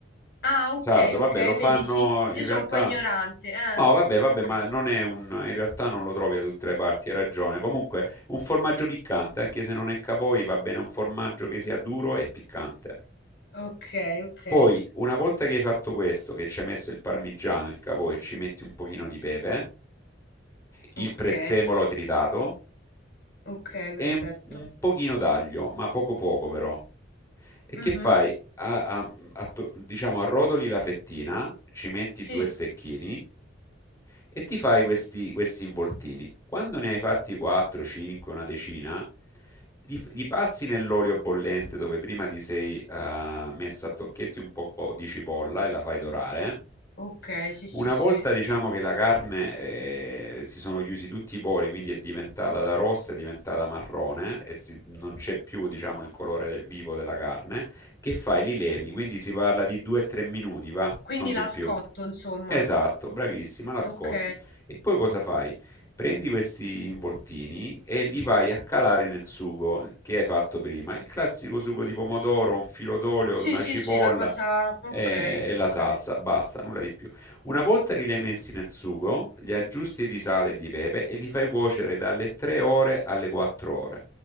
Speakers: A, on the left; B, on the left.
A: Ah, ok,
B: Sardo, vabbè,
A: ok,
B: lo fanno
A: vedi, sì, io
B: in realtà.
A: sono un po' ignorante, eh.
B: No, vabbè, vabbè,
A: Ok.
B: ma non è un. In realtà non lo trovi da tutte le parti, hai ragione. Comunque, un formaggio piccante, anche se non è cavoi, va bene un formaggio che sia duro e piccante.
A: Ok, ok,
B: Poi, una volta che hai fatto questo, che ci hai messo il parmigiano, il cavoi, ci metti un pochino di pepe, il
A: ok,
B: prezzemolo tritato
A: ok, perfetto.
B: e un, un pochino d'aglio, ma poco poco però. E
A: Mhm,
B: che fai? A- a- a to- diciamo, arrotoli la fettina, ci metti
A: Sì,
B: due stecchini e ti fai questi, questi involtini. Quando ne hai fatti 4, 5, una decina, li, li passi nell'olio bollente dove prima ti sei eh, messa a tocchetti un po' di cipolla e la fai dorare.
A: ok, sì, sì,
B: Una
A: sì.
B: volta diciamo che la carne eh, si sono chiusi tutti i pori, quindi è diventata da rossa, è diventata marrone e si- non c'è più diciamo il colore del- vivo della carne. Che fai? Li levi, quindi si parla di 2-3 minuti, va,
A: Quindi
B: non
A: la
B: di più.
A: scotto, insomma.
B: Esatto, bravissima, la scotti.
A: Ok.
B: E poi cosa fai? Prendi questi involtini e li vai a calare nel sugo che hai fatto prima, il classico sugo di pomodoro, un filo d'olio,
A: Sì,
B: una
A: sì,
B: cipolla
A: sì, la cosa... Ok,
B: eh, e,
A: ok.
B: la salsa, basta, nulla di più. Una volta che li hai messi nel sugo, li aggiusti di sale e di pepe e li fai cuocere dalle 3 ore alle 4 ore